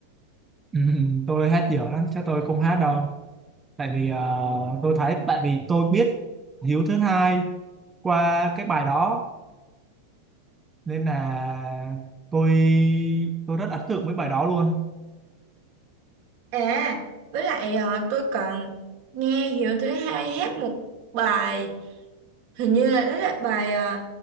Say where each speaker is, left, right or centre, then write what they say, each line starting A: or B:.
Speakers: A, on the right (about 15°); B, on the right (about 50°).
A: ừm, tôi hát dở lắm chắc tôi không hát đâu tại vì ờ, tôi thấy tại vì tôi biết Hiếu thứ hai qua cái bài đó nên là tôi tôi rất ấn tượng với bài đó luôn
B: À, với lại ờ, tôi còn nghe Hiếu thứ hai hát một bài hình như là đó là bài ờ,